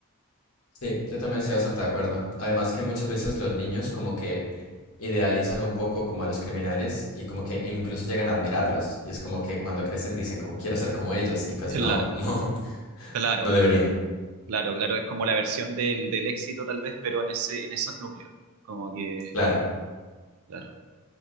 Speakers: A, on the left; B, on the right.
A: Sí, yo también estoy bastante de acuerdo. Además que muchas veces los niños como que idealizan un poco como a los criminales y como que incluso llegan a admirarlos. Y es como que cuando crecen dicen como quiero ser como ellos y pues
B: Claro,
A: no, <laughs> no,
B: claro,
A: no deberían.
B: claro, claro. Es como la versión del, del éxito tal vez, pero en ese, en esos núcleos. Como que,
A: Claro,
B: claro.